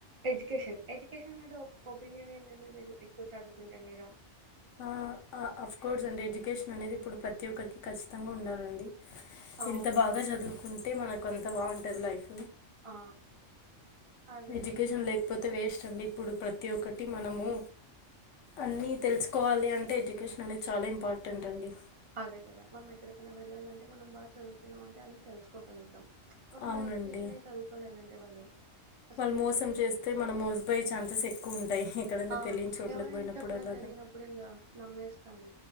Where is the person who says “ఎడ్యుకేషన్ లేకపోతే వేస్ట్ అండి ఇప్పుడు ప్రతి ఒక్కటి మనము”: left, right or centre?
Left